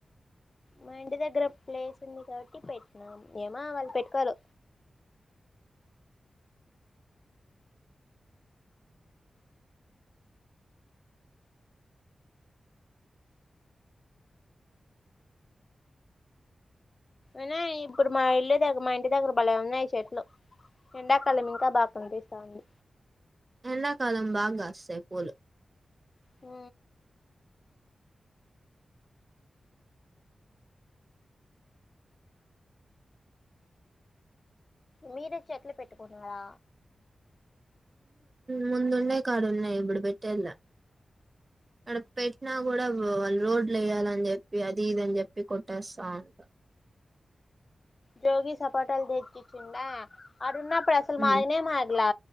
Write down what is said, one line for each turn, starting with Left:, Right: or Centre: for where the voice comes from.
Left: మా ఇంటి దగ్గర ప్లేస్ ఉంది. కాబట్టి పెట్టినాం ఏమ వాళ్ళు పెట్టుకోరు ఐనా ఇప్పుడు మా ఇల్లు దగ్గ మా ఇంటి దగ్గర బలే ఉన్నాయి చెట్లు ఎండ తలమింకా బాగాంటపిస్తాంది
Right: ఎండాకాలం బాగా కాస్తాయి పూలు
Left: ఆ మీరే చెట్లు పెట్టుకున్నరా
Right: ముందుండే కడున్నాయి ఇప్పుడు పెట్టేలె అడా పెట్టినా కూడా వాళ్ళు రోడ్లు వేయ్యాలని చెప్పి అది ఇదని చెప్పి కొట్టేస్తాంటారు.
Left: జోగిి సపోటాలు తెచ్చిచ్చిండా అడున్నా ఇప్పుడుసలు మానే
Right: ఉం
Left: మాట్లా